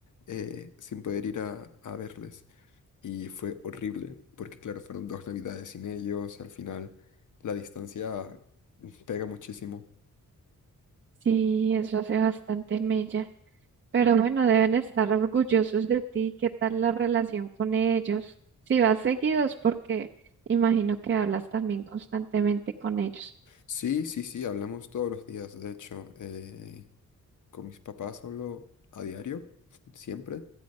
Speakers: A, on the left; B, on the right.
A: eh, sin poder ir a, a verles. Y fue horrible, porque claro, fueron dos navidades sin ellos, al final la distancia pega muchísimo.
B: Sí, eso hace bastante mella. Pero bueno, deben estar orgullosos de ti. ¿Qué tal la relación con ellos? Si vas seguidos, porque imagino que hablas también constantemente con ellos.
A: Sí, sí, sí, hablamos todos los días, de hecho. eh, Con mis papás hablo a diario, <laughs> siempre.